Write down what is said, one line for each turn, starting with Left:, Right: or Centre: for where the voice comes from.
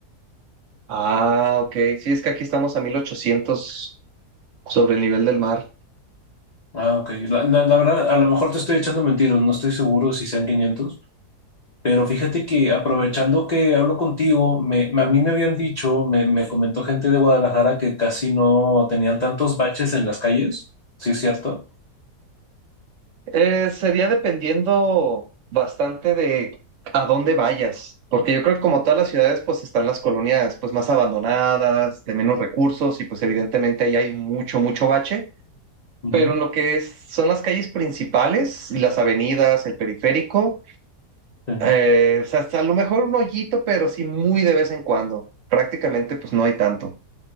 Right: Ah, ok. Sí, es que aquí estamos a 1800 sobre el nivel del mar.
Left: Ah, ok. La, la- la verdad, a lo mejor te estoy echando mentiras. No estoy seguro si sean quinientos Pero fíjate que aprovechando que hablo contigo, me, me- a mí me habían dicho, me, me comentó gente de Guadalajara que casi no tenían tantos baches en las calles. ¿Sí es cierto?
Right: Eh, sería dependiendo bastante de a dónde vayas, porque yo creo que como todas las ciudades, pues están las colonias pues más abandonadas, de menos recursos y pues evidentemente ahí hay mucho, mucho bache,
Left: Ujú.
Right: pero en lo que es- son las calles principales y las avenidas, el periférico,
Left: Sí.
Right: eh, o sea, hasta a lo mejor un hoyito, pero sí muy de vez en cuando. Prácticamente pues no hay tanto.